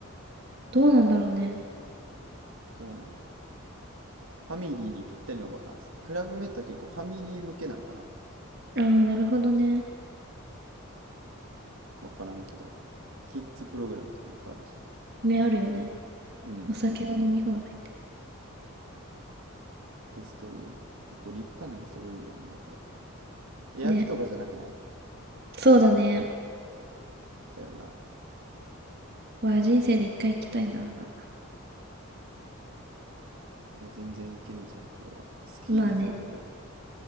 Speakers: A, on the right; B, on the right.
A: どうなんだろうね。
B: どうなんやろ。ファミリーにぴったりのバカンスって。クラブメットは結構ファミリー向けなんかな。
A: ああ、なるほどね。
B: わからんけど。キッズプログラムとかいっぱいあるし。
A: 目あるよね。
B: うん。
A: お酒が飲み放題って。
B: ゲストルーム。結構立派なゲストルームやもんな、これ。エアビとかじゃなくない
A: ね、そうだね。
B: だよな。
A: わあ、人生で一回行きたいな。
B: いや、全然いけるんじゃないこれは。スキーリゾートガイド。
A: まあね、